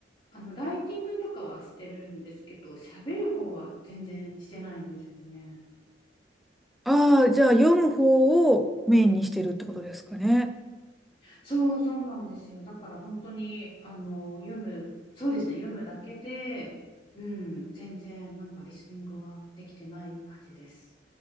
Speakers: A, on the left; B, in the centre.
A: あのライティングとかはしてるんですけど、喋る方は全然してないんですよね。
B: ああ、じゃあ読む方をメインにしてるってことですかね。
A: そうそうなんですよ。だから本当にあの読む、そうですね、読むだけで、うん、全然なんかリスニングはできてない感じです。